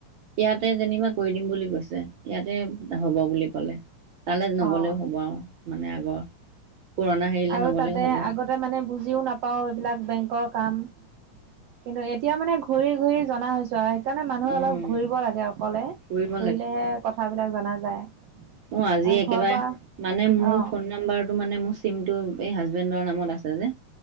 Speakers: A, on the right; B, on the right.
A: ইয়াতে যেনিবা কৰি দিম বুলি কৈছে। ইয়াতে হব বুলি কলে। তালৈ নগ'লেও
B: অ'।
A: হ'ব আৰু মানে আগৰ। পুৰণা হেৰিলে
B: আৰু
A: নগ'লেও
B: তাতে
A: হ'ব অঁ
B: আগতে মানে বুজিও নাপাওঁ এইবিলাক বেংকৰ কাম। কিন্তু এতিয়া মানে ঘূৰি ঘূৰি জনা হৈছো আই। সেইকাৰণে মানুহে
A: অঁ
B: অলপ ঘূৰিব লাগে অকলে।
A: ঘূৰিব
B: ঘূৰিলেহে কথাবিলাক জনা যায়।
A: অ আজি
B: আৰু
A: একেবাৰে
B: ঘৰৰ পৰা
A: মানে মোৰ
B: অ',
A: ফোন নাম্বাৰটো মানে মোৰ চিমটো এই হাজবেণ্ডৰ নামত আছে যে